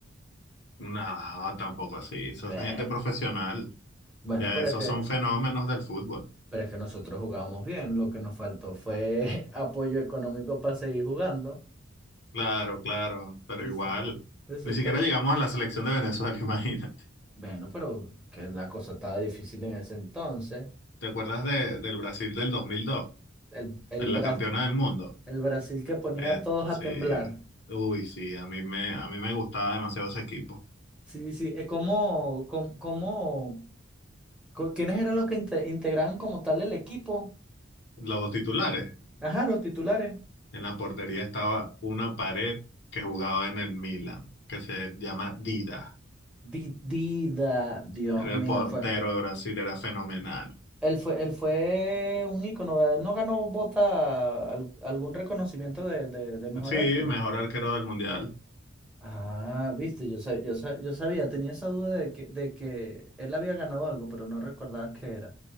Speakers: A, on the left (about 60°); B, in the centre.
A: No, tampoco así. Esa
B: Eh,
A: es gente profesional.
B: Bueno,
A: Ya
B: pero
A: esos
B: es que,
A: son fenómenos del fútbol.
B: pero es que nosotros jugábamos bien. Lo que nos faltó fue <laughs> apoyo económico para seguir jugando.
A: Claro, claro, pero
B: Listo.
A: igual.
B: Exactamente.
A: Ni siquiera llegamos a la selección de Venezuela, <laughs> imagínate.
B: Bueno, pero que la cosa estaba difícil en ese entonces.
A: ¿Te acuerdas de, del Brasil del dos mil dos
B: El, el,
A: De la
B: Bra-
A: campeona del mundo.
B: el Brasil que ponía
A: Eh,
B: a todos
A: sí.
B: a temblar.
A: Uy, sí, a mí me, a mí me gustaba demasiado ese equipo.
B: Sí, sí. eh, ¿Cómo, cómo, cómo- co- quiénes eran los que inte- integraban como tal el equipo?
A: Los titulares.
B: Ajá, los titulares.
A: En la portería estaba una pared que jugaba en el Milan, que se llama Dida.
B: Di- Dida, Dios
A: Era
B: mío,
A: el portero
B: fue,
A: de Brasil, era fenomenal.
B: Él fue, él fue un ícono, ¿verdad? Él no ganó bota, al- algún reconocimiento de, de- de mejor
A: Sí,
B: arquero.
A: mejor arquero del mundial.
B: Ah, viste, yo, sa- yo, sa- yo sabía, tenía esa duda de que, de que él había ganado algo, pero no recordaba qué era.